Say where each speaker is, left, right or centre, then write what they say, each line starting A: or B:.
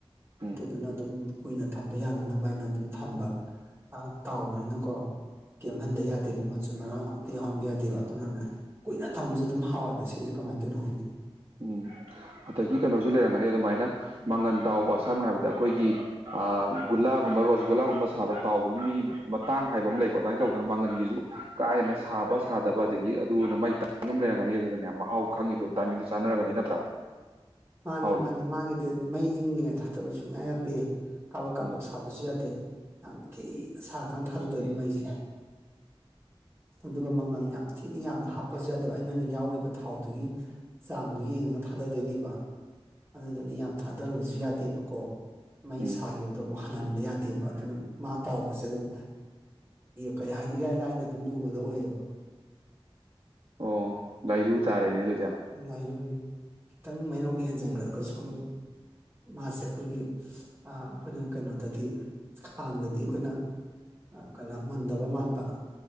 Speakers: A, on the right; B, on the right.
A: ꯎꯝ
B: ꯑꯗꯨꯗꯨꯅ ꯑꯗꯨꯝ ꯀꯨꯏꯅ ꯊꯝꯕ ꯌꯥꯅꯅꯕ ꯍꯥꯏꯅ ꯑꯗꯨꯝ ꯊꯝꯕ ꯑꯥ ꯇꯥꯎꯕꯅꯤꯅꯀꯣ ꯀꯦꯝꯍꯟꯗ ꯌꯥꯗꯦꯕ ꯃꯆꯨꯝ ꯃꯔꯥꯡ ꯑꯃꯇ ꯌꯥꯎꯍꯟꯕ ꯌꯥꯗꯦꯕ ꯑꯗꯨꯅꯅꯦ ꯀꯨꯏꯅ ꯊꯝꯃꯖꯨ ꯑꯗꯨꯝ ꯍꯥꯎꯋꯦꯕ ꯁꯤꯖꯦ ꯀꯃꯥꯏ ꯇꯣꯏꯅꯣ ꯈꯪꯗꯦ
A: ꯎꯝ ꯑꯗꯒꯤ ꯀꯩꯅꯣꯖꯨ ꯂꯩꯔꯝꯒꯅꯤ ꯑꯗꯨꯃꯥꯏꯅ ꯃꯪꯒꯟ ꯇꯥꯎꯕ ꯁꯝꯅ ꯍꯥꯏꯕꯗ ꯑꯩꯈꯣꯏꯒꯤ ꯑꯥ ꯒꯨꯂꯥꯒꯨꯝꯕ ꯔꯣꯁ ꯒꯨꯂꯥꯒꯨꯝꯕ ꯁꯥꯕ ꯇꯥꯎꯕꯒꯤ ꯃꯤꯒꯤ ꯃꯇꯥꯡ ꯍꯥꯏꯕ ꯑꯝ ꯂꯩꯀꯣ ꯑꯗꯨꯃꯥꯏ ꯇꯧꯗꯅ ꯃꯪꯒꯟꯒꯤꯖꯨ ꯀꯥ ꯍꯦꯟꯅ ꯁꯥꯕ ꯁꯥꯗꯕ ꯑꯗꯒꯤ ꯑꯗꯨꯅ ꯃꯩ ꯇꯥ ꯑꯝ ꯂꯩꯔꯝꯒꯅꯤ ꯑꯗꯨꯗꯅꯦ ꯃꯍꯥꯎ ꯈꯪꯉꯤꯗꯣ ꯇꯥꯏꯃꯤꯡ ꯆꯥꯟꯅꯔꯒꯗꯤ ꯅꯠꯇ꯭ꯔꯥ
B: ꯃꯥꯅꯦ
A: ꯍꯥꯎꯔꯤꯗꯣ
B: ꯃꯥꯅꯦ ꯃꯥꯒꯤꯗꯤ ꯃꯩ ꯏꯪꯉꯤꯉꯥꯏ ꯊꯥꯗꯕ ꯁꯨꯡꯌꯥ ꯌꯥꯗꯦ ꯀꯥꯕꯛ ꯀꯥꯕꯛ
A: ꯎꯝ
B: ꯁꯥꯕꯖꯨ ꯌꯥꯗꯦ ꯌꯥꯝ ꯊꯤꯅ ꯁꯥꯔꯀꯥꯟ ꯊꯥꯗꯗꯣꯏꯅꯤ
A: ꯎꯝ
B: ꯃꯩꯖꯦ ꯑꯗꯨꯒ ꯃꯪꯒꯟ ꯌꯥꯝ ꯊꯤꯅ ꯌꯥꯝꯅ ꯍꯥꯞꯄꯖꯨ ꯌꯥꯗꯦꯕ ꯑꯩꯅꯅꯦ ꯌꯥꯎꯔꯤꯕ ꯊꯥꯎꯗꯨꯒꯤ ꯆꯥꯡꯗꯣ ꯌꯦꯡꯉꯒ ꯊꯥꯗꯗꯣꯏꯅꯦꯕ ꯑꯗꯨꯗꯨꯅ ꯌꯥꯝ ꯊꯥꯗꯔꯨꯕꯖꯨ ꯌꯥꯗꯦꯕꯀꯣ ꯃꯩ
A: ꯎꯝ
B: ꯁꯥꯒꯤꯕꯗꯣ ꯑꯃꯨ ꯍꯜꯍꯟꯕ ꯌꯥꯗꯦꯕ ꯑꯗꯨꯅ ꯃꯥ ꯇꯥꯎꯕꯖꯦ ꯑꯗꯨꯝ ꯀꯩ ꯍꯥꯏꯅꯤ ꯏꯔꯥꯏ ꯂꯥꯏꯅ ꯗꯨꯝ ꯂꯨꯕꯗꯣ ꯑꯣꯏꯌꯦꯕ
A: ꯑꯣ ꯂꯥꯏꯔꯨ ꯇꯥꯔꯦꯅꯦ ꯑꯗꯨꯗꯤ
B: ꯂꯥꯏꯔꯨꯅꯤ ꯈꯤꯇꯪ ꯃꯩꯔꯧ ꯍꯦꯟꯖꯟꯒ꯭ꯔꯒꯁꯨꯝ ꯃꯥꯁꯦ ꯑꯩꯈꯣꯏꯒꯤ ꯑꯥ ꯑꯩꯈꯣꯏꯅ ꯀꯩꯅꯣꯗꯗꯤ ꯈꯥꯡꯗꯗꯤ ꯑꯩꯈꯣꯏꯅ ꯑ ꯀꯅꯥ ꯃꯨꯟꯗꯕ ꯃꯥꯟꯕ